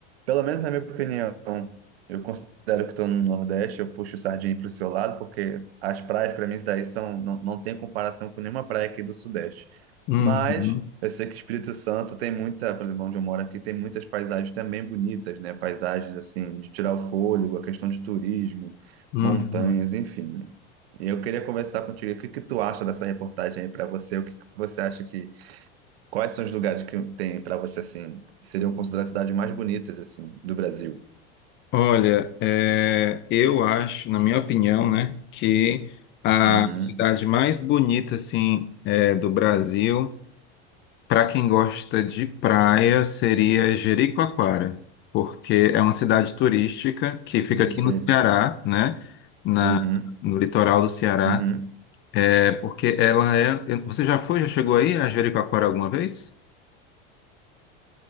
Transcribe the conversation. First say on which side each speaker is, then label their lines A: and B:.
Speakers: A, on the right; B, on the left.
A: pelo menos na minha opinião, eu considero que estou no Nordeste, eu puxo sardinha para o seu lado, porque as praias para mim isso daí são, não, não tem comparação com nenhuma praia aqui do Sudeste.
B: Uhum,
A: Mas eu sei que Espírito Santo tem muita, por exemplo, onde eu moro aqui, tem muitas paisagens também bonitas, né? Paisagens assim, de tirar o fôlego, a questão de turismo,
B: uhum.
A: montanhas, enfim. E eu queria conversar contigo, o que que tu acha dessa reportagem aí para você? O que que você acha que Quais são os lugares que tem para você assim, que seriam consideradas cidades mais bonitas assim do Brasil?
B: Olha, é, eu acho, na minha opinião, né, que a
A: Uhum.
B: cidade mais bonita, assim, é, do Brasil, para quem gosta de praia, seria Jericoacoara, porque é uma cidade turística que fica
A: Je...
B: aqui no Ceará, né, na,
A: Uhum.
B: no litoral do Ceará.
A: Uhum.
B: É porque ela é. eu- Você já foi, já chegou aí a Jericoacoara alguma vez?